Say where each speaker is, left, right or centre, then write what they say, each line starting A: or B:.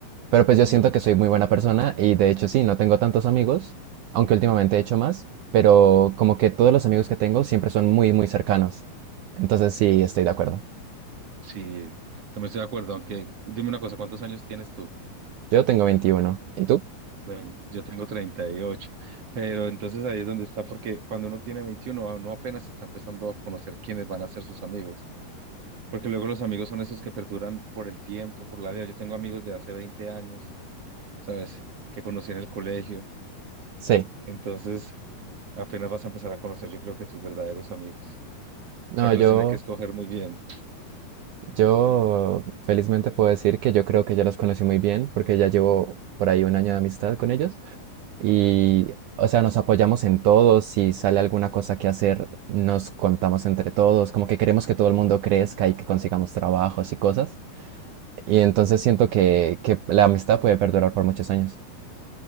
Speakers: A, on the right; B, on the right.
A: Pero pues yo
B: <laughs>
A: siento
B: Ujú.
A: que soy muy buena persona y de hecho sí, no tengo tantos amigos, aunque últimamente he hecho más, pero como que todos los amigos que tengo siempre son muy, muy cercanos. Entonces sí, estoy de acuerdo.
B: Sí, también estoy de acuerdo, aunque dime una cosa, ¿cuántos años tienes tú?
A: Yo tengo veintiuno ¿Y tú?
B: 20, yo tengo 38, pero entonces ahí es donde está, porque cuando uno tiene 21 a uno apenas está empezando a conocer quiénes van a ser sus amigos, porque luego los amigos son esos que perduran por el tiempo, por la vida. Yo tengo amigos de hace 20 años, ¿sabes? Que conocí en el colegio,
A: Sí.
B: entonces apenas vas a empezar a conocer, yo creo que tus verdaderos amigos, o
A: No,
B: sea que
A: yo,
B: los tienes que escoger muy bien.
A: yo felizmente puedo decir que yo creo que ya los conocí muy bien porque ya llevo por ahí un año de amistad con ellos y, o sea, nos apoyamos en todo. Si sale alguna cosa que hacer, nos contamos entre todos, como que queremos que todo el mundo crezca y que consigamos trabajos y cosas. Y entonces siento que, que la amistad puede perdurar por muchos años.